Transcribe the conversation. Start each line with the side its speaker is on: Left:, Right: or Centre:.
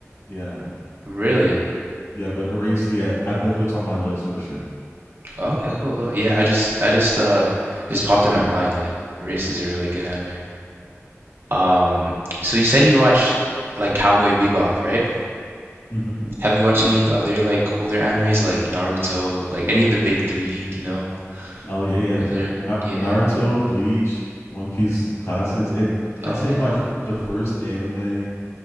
Left: Yeah,
Right: Really?
Left: yeah, but Erase, yeah, I definitely it's on my list for sure.
Right: Oh, Okay, cool, cool. Yeah, I just I just uh just popped in my mind like Race is a really good anime. Um, so you said you watched like Cowboy Bebop, right?
Left: hmm
Right: Have you watched any of the other like older animes like Naruto, like any of the big three, do you know?
Left: Oh yeah, yeah,
Right: Is
Left: for
Right: there?
Left: Na-
Right: Yeah.
Left: Naruto, Bleach, One Piece classics, and I'd
Right: Oh,
Left: say
Right: okay,
Left: my f-
Right: cool.
Left: the first anime.